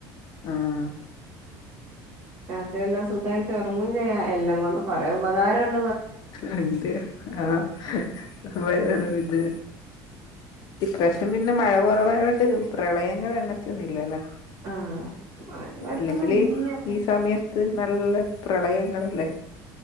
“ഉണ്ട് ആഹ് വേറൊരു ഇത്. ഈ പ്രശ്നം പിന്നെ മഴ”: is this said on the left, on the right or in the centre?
Left